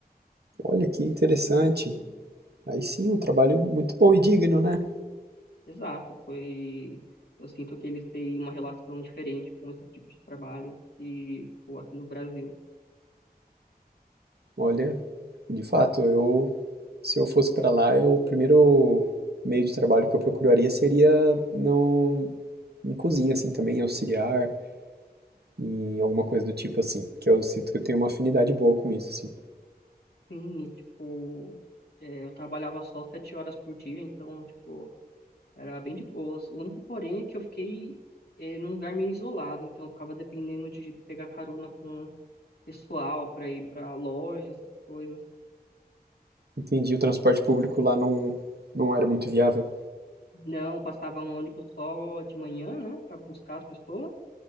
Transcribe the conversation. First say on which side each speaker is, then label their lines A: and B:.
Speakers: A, on the right; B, on the left.
A: Olha que interessante. Aí sim, um trabalho muito bom e digno, né?
B: Exato, foi... Eu sinto que eles têm uma relação diferente com esse tipo de trabalho do que, tipo, aqui no Brasil.
A: Olha, de fato, eu. Se eu fosse para lá, eu, o primeiro meio de trabalho que eu procuraria seria no, em cozinha, assim, também, auxiliar, em alguma coisa do tipo assim, que eu sinto que eu tenho uma afinidade boa com isso, assim.
B: Sim, e, tipo, é, eu trabalhava só sete horas por dia, então, tipo, Era bem de boas. O único porém é que eu fiquei eh, num lugar meio isolado, então eu ficava dependendo de pegar carona com pessoal para ir para loja, essas coisas.
A: Entendi, o transporte público lá não, não era muito viável.
B: Não, passava um ônibus só de manhã, né, para buscar as pessoas,